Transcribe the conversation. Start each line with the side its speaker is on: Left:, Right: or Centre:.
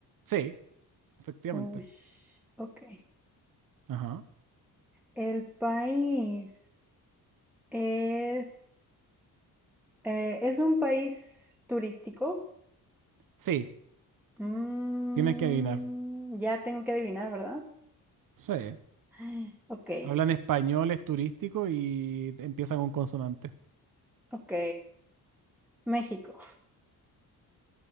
Right: Sí, efectivamente.
Centre: Uy, ok.
Right: Ajá.
Centre: El país es... eh, ¿es un país turístico?
Right: Sí,
Centre: Mm,
Right: tienes que adivinar.
Centre: ya tengo que adivinar, ¿verdad?
Right: Sí.
Centre: <gasps> <sighs> Ok,
Right: Hablan español, es turístico y empiezan con consonante.
Centre: ok. México.